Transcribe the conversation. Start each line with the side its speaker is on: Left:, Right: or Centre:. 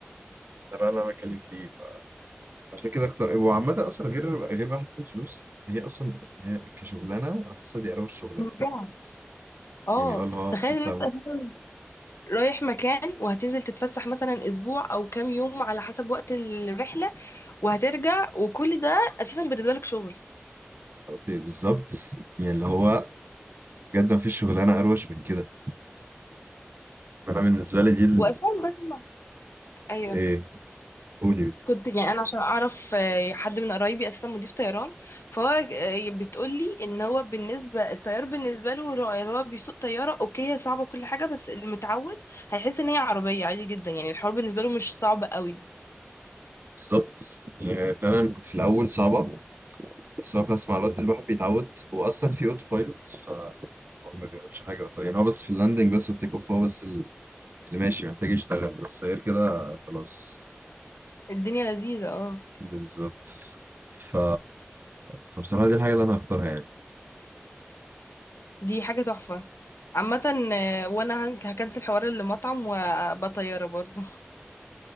Right: ده بقى اللي انا بتكلم فيه ف... عشان كده اختار وعامه اصلا غير غير بقى حتى الفلوس هي اصلا هي كشغلانه انا حاسسها دي اروش شغلانه
Left: ممتعة اه
Right: يعني اه اللي هو
Left: تخيل
Right: انت
Left: ان
Right: ب-
Left: انت رايح مكان وهتنزل تتفسح مثلا اسبوع او كام يوم على حسب وقت الرحله وهترجع وكل ده اساسا بالنسبه لك شغل
Right: بالظبط يعني اللي هو بجد ما فيش شغلانه اروش من كده انا بالنسبه لي دي ال...
Left: واساسا لازم- ايوه
Right: ايه قولي
Left: كنت يعني انا عشان اعرف آه، حد من قرايبي اساسا مضيف طيران فهو آه، بتقول لي ان هو بالنسبه الطيار بالنسبه له هو هو بيسوق طياره اوكي هي صعبه كل حاجه بس المتعود هيحس ان هي عربيه عادي جدا يعني الحوار بالنسبه له مش صعب قوي
Right: بالظبط يعني فعلا في الاول صعبه بس هو خلاص مع الوقت الواحد بيتعود واصلا في اوتو بايلوت فهو ما بيعملش حاجه طيب يعني هو بس في اللاندنج بس والتيك اوف هو بس اللي ماشي محتاج يشتغل بس غير كده خلاص
Left: الدنيا لذيذه اه
Right: بالظبط ف... فبصراحه دي الحاجه اللي انا هختارها يعني
Left: دي حاجة تحفة عامة آه، وانا هن- هكنسل حوار المطعم وبطيارة برضو